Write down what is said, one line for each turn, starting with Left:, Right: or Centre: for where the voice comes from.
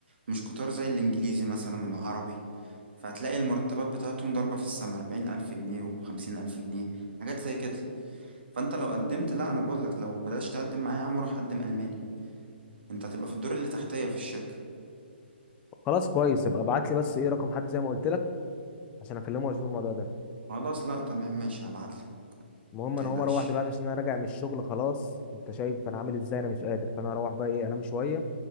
Right: مش كتار زي الإنجليزي مثلا والعربي فهتلاقي المرتبات بتاعتهم ضاربة في السما أربعين ألف جنيه وخمسين ألف جنيه حاجات زي كده فأنت لو قدمت لا أنا بقولك لو بدأتش تقدم معايا يا عم روح قدم ألماني أنت هتبقى في الدور اللي تحتية في الشركة
Left: خلاص كويس ابقى ابعت لي بس ايه رقم حد زي ما قلت لك عشان اكلمه واشوف الموضوع ده
Right: خلاص لا تمام ماشي هبعتلك
Left: المهم
Right: متقلقش
Left: انا هقوم اروح دلوقتي عشان انا راجع من الشغل خلاص انت شايف انا عامل ازاي انا مش قادر فانا هروح بقى ايه انام شويه